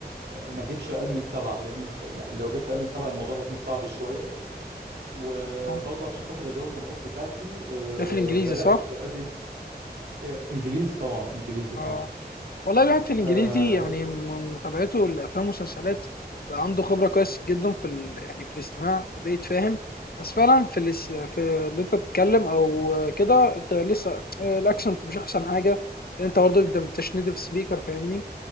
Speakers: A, on the right (about 80°); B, on the left (about 65°).
A: آه، ما اجيبش اقل من سبعه لان ف- يعني لو جبت اقل من سبعه الموضوع هيكون صعب شويه وبرضو
B: اه
A: عشان خاطر ازود النقاط بتاعتي آه،
B: ده في الانجليزي
A: بدات
B: صح
A: ادرس آه، انجليزي طبعا انجليزي
B: اه
A: اه
B: والله الواحد في
A: آه،
B: الانجليزي
A: بدات
B: يعني من متابعته الافلام والمسلسلات بقى عنده خبره كويس جدا في ال... يعني في الاستماع بقيت فاهم بس فعلا في الاس... في اللي انت تتكلم او كده انت لسه آه، الاكسنت مش احسن حاجه لان انت برضه انت مش نيتف سبيكر فاهمني